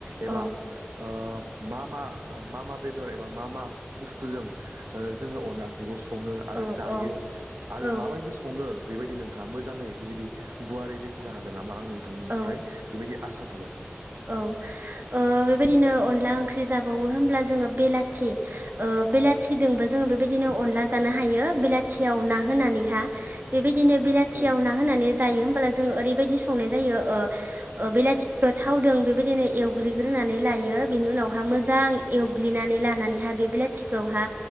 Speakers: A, on the right; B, on the right.
A: एबा
B: औ
A: ओ मा मा ओ मा मा बेदर एबा मा मा बुस्थुजों ओ जोङो अनला ओंख्रिखौ सङो
B: औ
A: आरो जायो आरो
B: औ
A: माबायदि सङो बेबायदि नोंथाङा मो मोजाङै बेबायदि गुवारै बेखेवनो हागोन नामा आं नोंथांनिफ्राय
B: औ
A: बेबायदि आसा थाबाय?
B: औ ओ बेबायदिनो अनला ओंख्रि जाबावो होमब्ला जोङो बेलाथि ओ बेलाथिदोंबो जोङो बेबायदिनो अनला जानो हायो बेलाथियाव ना होनानै हा बेबायदिनो बेलाथियाव
A: औ
B: ना होनानै जायो फोरा जोङो ओरैबायदि संनाय जायो ओ ओ बिलाथि थत थावदों बेबायदिनो एवग्लिग्रोनानै लायो बिनि उनावहा मोजां एवग्लिनानै लानानैहा बेबा बिलाथिखौहा